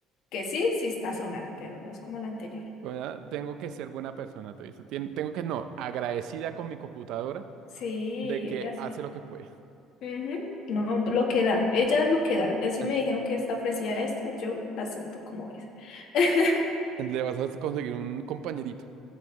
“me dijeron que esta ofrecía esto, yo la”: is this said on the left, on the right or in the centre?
Left